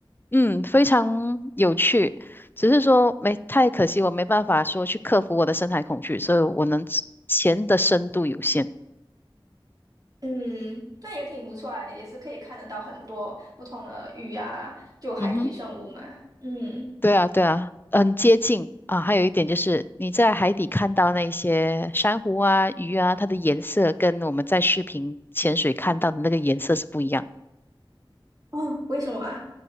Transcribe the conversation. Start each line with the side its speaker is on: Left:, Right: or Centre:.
Left: 嗯，非常有趣，只是说没太可惜，我没办法说去克服我的深海恐惧，所以我能潜的深度有限。
Right: 嗯，那也挺不错啊，也是可以看得到很多不同的鱼啊，就海底生物嘛。
Left: 嗯哼，
Right: 嗯，
Left: 对啊，对啊，很接近啊。还有一点就是你在海底看到那些珊瑚啊、鱼啊，它的颜色跟我们在视频潜水看到的那个颜色是不一样的。
Right: 哦，为什么啊？